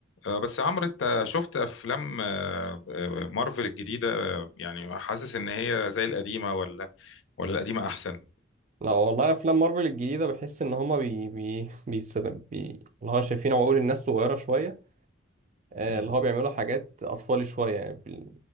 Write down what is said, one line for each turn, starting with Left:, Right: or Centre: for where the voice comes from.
Left: آه، بس عمرو انت شفت افلام آه، آه، مارفل الجديده آه، يعني حاسس ان هي زي القديمه ولا ولا القديمه احسن
Right: لا والله افلام مارفل الجديده بحس ان هما بي بي بيستخدم بي اللي هو شايفين عقول الناس صغيره شويه آه،
Left: مم.
Right: اللي هو بيعملوا حاجات اطفالي شويه يعني, بال...